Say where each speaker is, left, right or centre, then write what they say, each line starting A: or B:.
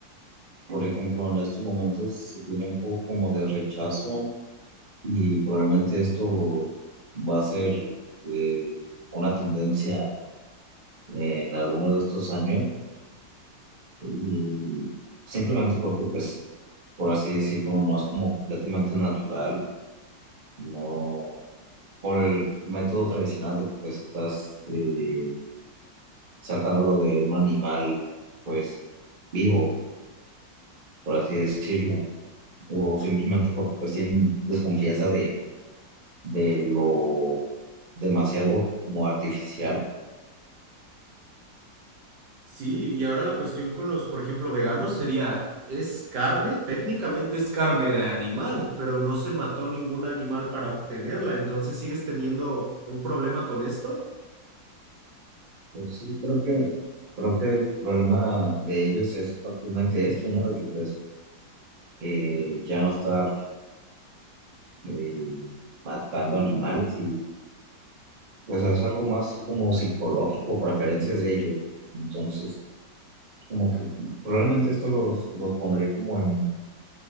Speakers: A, on the right (about 40°); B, on the right (about 65°).
A: por ejemplo, en estos momentos se tiene un poco como de rechazo y probablemente esto va a ser eh, una tendencia en algunos de estos años y simplemente porque pues por así decirlo, no es como completamente natural, no por el método tradicional de que pues estás eh, sacándolo de un animal pues vivo, por así decirlo, o simplemente porque pues tienen desconfianza de, de lo demasiado como artificial.
B: Sí, y ahora la cuestión con los, por ejemplo, veganos sería, ¿es carne? Técnicamente es carne de animal, pero no se mató ningún animal para obtenerla, entonces sigues teniendo un problema con esto.
A: Pues sí, creo que, creo que el problema de ellos es prácticamente esto, ¿no? De que pues eh, ya no estar eh, matando animales pues es algo más como psicológico, preferencias de ellos. Entonces, como que probablemente esto los, los pondría como en,